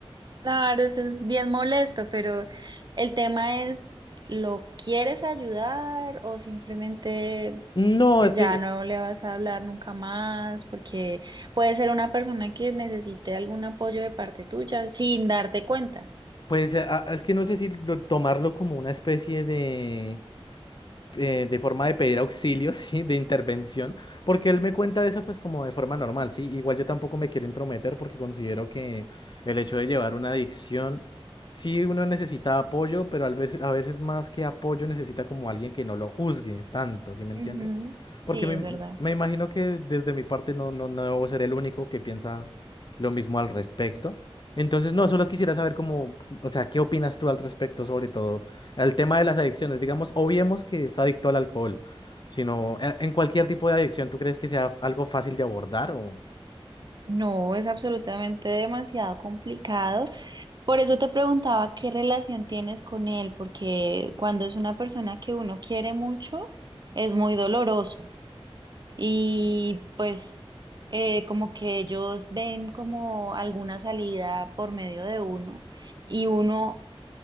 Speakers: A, on the right (about 45°); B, on the left (about 50°).
A: Claro, eso es bien molesto, pero el tema es, ¿lo quieres ayudar o simplemente
B: No,
A: pues
B: es
A: ya
B: que
A: no le vas a hablar nunca más? Porque puede ser una persona que necesite algún apoyo de parte tuya sin darte cuenta.
B: Pues a- a- es que no sé si lo- tomarlo como una especie de eh, de forma de pedir auxilio, <laughs> ¿sí? De intervención, porque él me cuenta eso pues como de forma normal, ¿sí? Igual yo tampoco me quiero intrometer porque considero que el hecho de llevar una adicción, sí uno necesita apoyo, pero a veces, a veces más que apoyo necesita como alguien que no lo juzgue tanto, ¿sí me
A: Ujú,
B: entiendes?
A: Sí,
B: Porque me,
A: es verdad.
B: me imagino que desde mi parte no, no, no debo ser el único que piensa lo mismo al respecto. Entonces, no, solo quisiera saber cómo, o sea, ¿qué opinas tú al respecto, sobre todo? al tema de las adicciones, digamos, obviemos que es adicto al alcohol, sino e- en cualquier tipo de adicción, ¿tú crees que sea algo fácil de abordar o,
A: No, es absolutamente demasiado complicado. Por eso te preguntaba qué relación tienes con él, porque cuando es una persona que uno quiere mucho, es muy doloroso. Y pues eh, como que ellos ven como alguna salida por medio de uno y uno